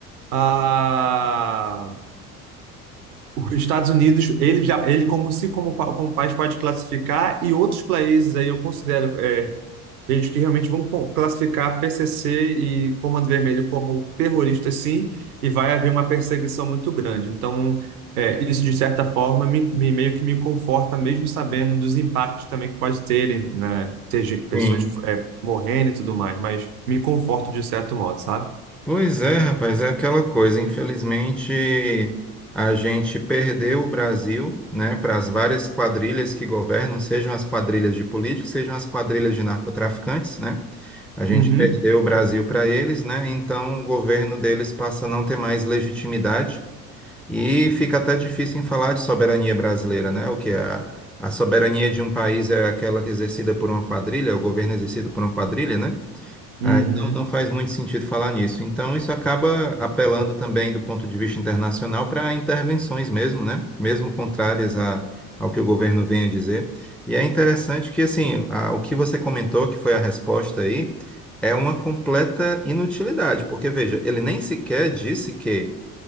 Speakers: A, on the right (about 70°); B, in the centre.
A: a os Estados Unidos, ele já, ele como se como, pa- como país pode classificar e outros países aí eu considero é, gente que realmente vão co- classificar PCC e Comando Vermelho como terrorista, sim, e vai haver uma perseguição muito grande. Então, é, isso de certa forma me, me- meio que me conforta, mesmo sabendo dos impactos também que pode terem, né, ter gen- pessoas
B: Sim.
A: é, morrendo e tudo mais, mas me conforta de um certo modo, sabe?
B: Pois é, rapaz, é aquela coisa. Infelizmente, a gente perdeu o Brasil, né, para as várias quadrilhas que governam, sejam as quadrilhas de políticos, sejam as quadrilhas de narcotraficantes, né? A gente
A: Uhum,
B: perdeu o Brasil para eles, né? Então o governo deles passa a não ter mais legitimidade e fica até difícil em falar de soberania brasileira, né? O que é a, a soberania de um país é aquela que é exercida por uma quadrilha, é o governo é exercido por uma quadrilha, né?
A: uhum,
B: Aí não, não faz muito sentido falar nisso. Então, isso acaba apelando também do ponto de vista internacional para intervenções mesmo, né? Mesmo contrárias a, ao que o governo vem a dizer. E é interessante que, assim, a- o que você comentou, que foi a resposta aí, é uma completa inutilidade, porque, veja, ele nem sequer disse que.